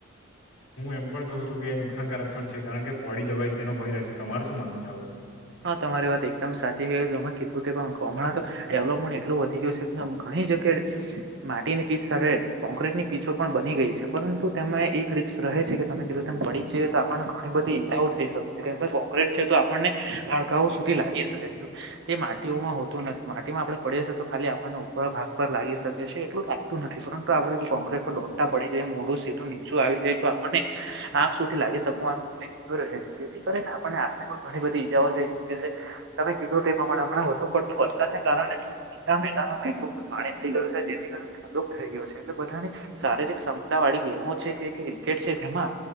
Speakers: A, on the left; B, on the right.
A: એમ પણ કું છું કે નુકસાનકારક પણ છે, કારણ કે પડી જવાય તેનો ભય રહે છે, તમારે શું માનવ છે આ બાત માં?
B: હા તમારી વાત એકદમ સાચી છે તમે કીધું તે પણ હમણાં તો ડેવલપમેન્ટ એટલું વધી ગયું છે, ઘણી જગ્યા માટીની પીચ સાથે કોક્રીટની પીચો પણ બની ગઈ છે, પરંતુ તેમમાં એક રીકસ રહે છે, કે તમે કીધું તેમ પડી જ તો આપને ઘણી બધી ઈજાઓ થઈ શકે. કોક્રીટ છે તો આપણને હાડકાઓ સુધી લાગી શકે છે, તે માટીઓમાં હોતું નથી માટીમાં આપણે પડીશે તો ખાલી આપણને ભાગ પર લાગી શકે છે, એટલું લતું નથી પરંતુ આપણે જો કોંકટ ડોટા પડી જાય મોડું સીધું નીચું આવી આપને આંખ સુથી લાગી શકવાનું જેથી કરીને આપને આને પણ ઘણી બધી <unintelligible> તમે કીધો તેમાં પણ હમણા વધુ પડતું વરસાદને કારણે મેટલ પાણી થઈ ગયો છે, જેથી કર કાદોક થઈ ગયો છે, એટલે બધાની શારીરિક ક્ષમતા વાળી ગેમો છે, જે ક્રિકેટ છે, તેમાં